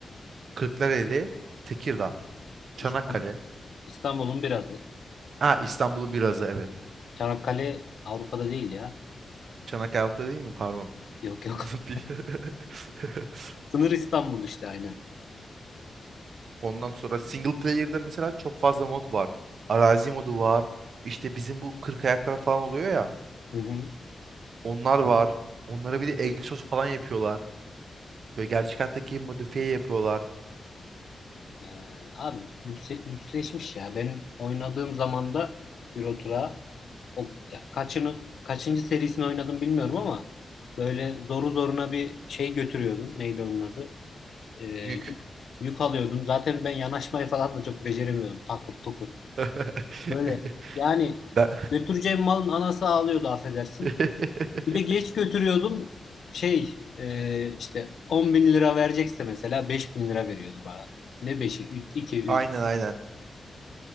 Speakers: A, on the right (about 70°); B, on the left (about 65°).
A: Kırklareli, Tekirdağ, Çanakkale.
B: İstanbul- İstanbul'un birazı.
A: Ha İstanbul'un birazı evet.
B: Çanakkale Avrupa'da değil ya.
A: Çanakkale Avrupa değil mi? Pardon. <laughs>
B: Yok yok.
A: Bir- <laughs>
B: Sınır İstanbul işte aynen.
A: Ondan sonra single player'da mesela çok fazla mod var. Arazi modu var. İşte bizim bu kırk ayaklar falan oluyor ya.
B: Hı hı.
A: Onlar var. Onlara bir de egzoz falan yapıyorlar. Böyle gerçek hayattaki gibi modifiye yapıyorlar.
B: Ee, abi lükse, lüksleşmiş ya. Ben oynadığım zaman da Euro Truck'a o ya kaçını kaçıncı serisini oynadım bilmiyorum ama böyle zoru zoruna bir şey götürüyordun. Neydi onun adı? Ee, yük,
A: gük.
B: yük alıyordun. Zaten ben yanaşmayı falan da çok beceremiyordum. Takır tukur.
A: <laughs>
B: Böyle yani
A: Ben...
B: götüreceğim malın anası ağlıyordu affedersin.
A: <laughs>
B: Bir de geç götürüyordum. Şey e, işte 10 bin lira verecekse mesela 5 bin lira veriyordu bana. Ne 5'i? 3, 2, 3.
A: Aynen aynen.